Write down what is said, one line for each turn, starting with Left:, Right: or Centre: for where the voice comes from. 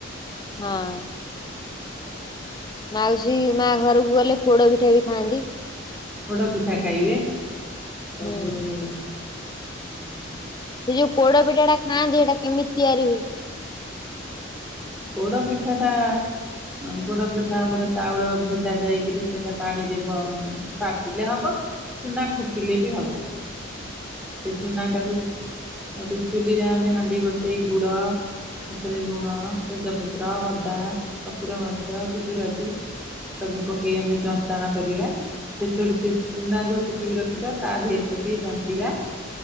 Left: ହଁ। ମାଉସୀ ମା ଘରୁକୁ ଗଲେ ପୋଡ଼ପିଠା ବି ଖାଆନ୍ତି।
Centre: ପୋଡ଼ପିଠା ଖାଇବେ ସବୁଠୁ
Left: ହୁଁ
Centre: ଉଁ
Left: ସେ ଯୋଉ ପୋଡ଼ପିଠାଟା ଖାଆନ୍ତି ହେଟା କେମିତି ତିଆରି ହୁଏ?
Centre: ପୋଡ଼ପିଠାଟା ଅଁ ପୋଡ଼ପିଠା ଆମର ଚାଉଳ ଭେଦା ଯାଇକିରି ସେଟା ପାଣିରେ ଗଁ ବାଟିଲେ ହବ ଚୁନା କୁଟିଲେ ବି ହବ। ଏ ଚୁନାଟାକୁ ହଟୁ ଚୁଲିରେ ଆମେ ହାଣ୍ଡି ବସେଇ ଗୁଡ଼ ସେଥିରେ ଲୁଣ, ତେଜପତ୍ର, ଅଦା, କପୁର ମରିଚ, ଗୁଜୁରାତି ସବୁ ପକେଇ ଆମେ ଯନ୍ତାଣ କରିବା। ସେଷୁ ରୁ ସେ ଚୁନା ଯୋଉ କୁଟିକି ରଖିଥିବା ତା ଧେରେ ପକେଇ ଜନ୍ତିବା।